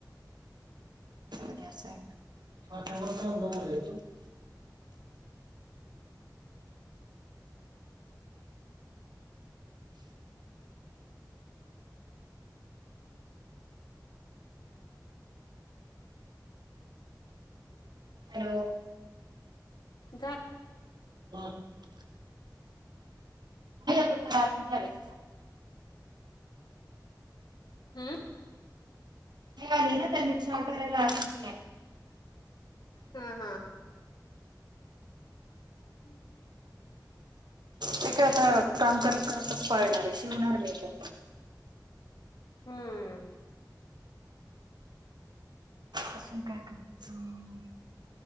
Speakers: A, on the right (about 75°); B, on the left (about 70°).
A: का <unintelligible> हॅलो.
B: घात
A: <unintelligible> <unintelligible>
B: हम्म.
A: आली ना त्यां चहा करायला <unintelligible>
B: हा हा. <inaudible>
A: ते काय आता काम करत करत पळणार आहे शिवणार मी ते.
B: हम्म.
A: असं काय करायचं